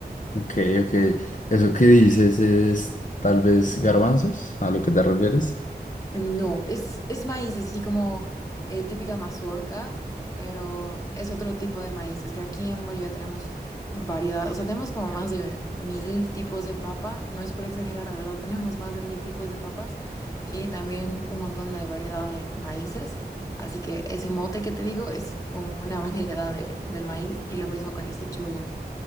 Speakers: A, on the left (about 50°); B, on the left (about 20°).
A: Ok, ok. ¿Eso que dices es tal vez garbanzos? ¿A lo que te refieres?
B: No, es, es maíz, así como eh, típica mazorca, pero es otro tipo de maíz. Es que aquí en Bolivia tenemos variedad, o sea, tenemos como más de mil tipos de papa, no es por exagerar, de verdad, tenemos más de mil tipos de papas y también un montón de variedad de maíces. Así que ese mote que te digo es como una <laughs> variedad de- del maíz y lo mismo con ese chuño.